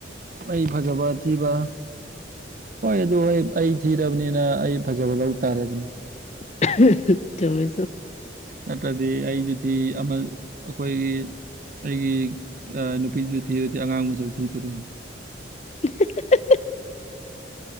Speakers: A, on the right; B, on the left.
A: ꯑꯩ ꯐꯖꯕꯊꯤꯕ ꯍꯣꯏ ꯑꯗꯨ ꯍꯣꯏ ꯑꯩ ꯊꯤꯔꯕꯅꯤꯅ ꯑꯩ ꯐꯖꯕ ꯂꯧ ꯇꯥꯔꯦꯗꯅ
B: ꯆꯃꯦ ꯆꯃꯦ
A: ꯅꯠꯇ꯭ꯔꯗꯤ ꯑꯩꯗꯨꯗꯤ ꯑꯃ ꯑꯩꯈꯣꯏꯒꯤ ꯑꯩꯒꯤ ꯅꯨꯄꯤꯖꯨ ꯊꯤꯔꯗꯤ ꯑꯉꯥꯡ ꯃꯁꯛ ꯊꯤꯗꯧꯔꯤꯅꯤ
B: <inaudible>